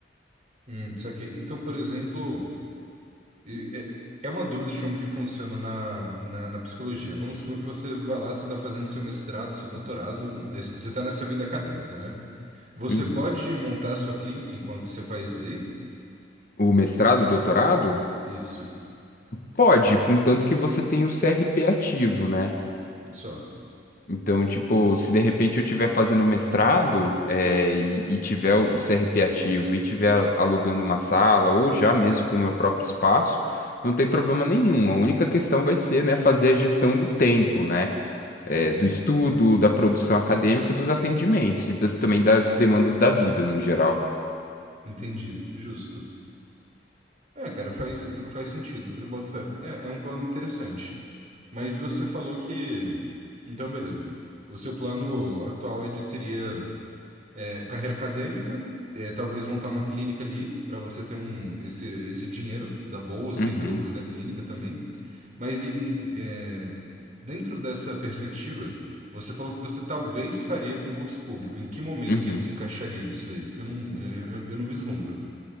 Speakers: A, on the right; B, on the left.
A: Hum, saquei. Então, por exemplo. E É é uma dúvida de como que funciona na, na, na psicologia. Vamos supor que você vai lá, você está fazendo seu mestrado, seu doutorado, né, você está nessa vida acadêmica, né? Você
B: Uhum.
A: pode montar a sua clínica enquanto você faz lei?
B: O mestrado, doutorado?
A: Isso,
B: Pode, contanto que você tenha o CRP ativo, né?
A: só.
B: Então, tipo, se de repente eu estiver fazendo mestrado, eh, e, e tiver o CRP ativo e tiver alugando uma sala ou já mesmo com o meu próprio espaço, não tem problema nenhum. A única questão vai ser, né, fazer a gestão do tempo, né,
A: Hum.
B: eh, do estudo, da produção acadêmica e dos atendimentos e da- também das demandas da vida no geral.
A: Entendi, justo. É, cara, faz, faz sentido, eu boto fé. É, é um plano interessante. Mas você falou que... Então, beleza. O seu plano atual, ele seria é, carreira acadêmica, é, talvez montar uma clínica ali para você ter um esse, esse dinheiro da bolsa
B: Uhum,
A: e, do, e da clínica também. Mas em- é, dentro dessa perspectiva, você falou que você talvez faria concurso público. Em que momento
B: uhum.
A: que ele se encaixaria nisso daí? Porque eu não, eu, eu- eu não vislumbro.